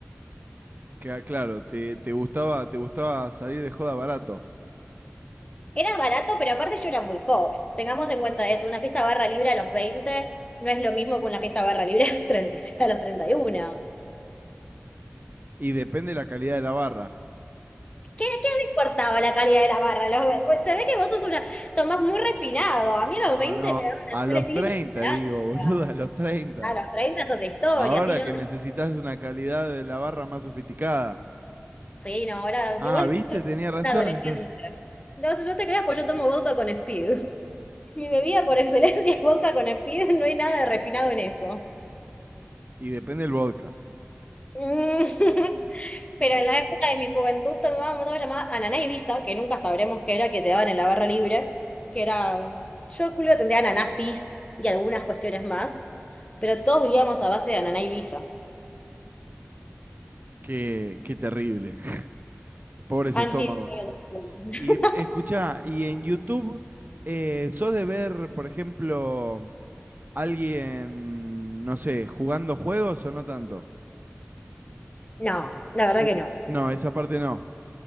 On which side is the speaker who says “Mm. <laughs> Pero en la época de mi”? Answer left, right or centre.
Left